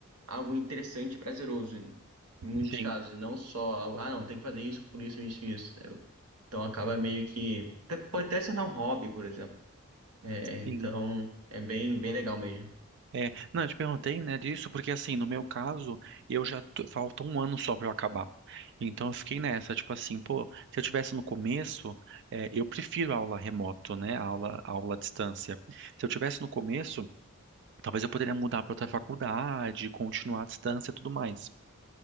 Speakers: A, on the right (about 85°); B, on the right (about 50°).
A: algo interessante e prazeroso, em muitos
B: sim,
A: casos. e Não só algo, ah, não, tem que fazer isso, por isso, isso, isso. entendeu? Então acaba meio que. Pode até ser um hobby, por exemplo. É, então
B: sim.
A: é bem, bem legal mesmo.
B: É, não, eu te perguntei, né, disso, porque assim, no meu caso, eu já tô- falta um ano só pra eu acabar. Então eu fiquei nessa, tipo assim, pô, se eu tivesse no começo, é, eu prefiro aula remoto, né, aula, aula à distância. Se eu tivesse no começo, talvez eu poderia mudar pra outra faculdade, continuar à distância e tudo mais.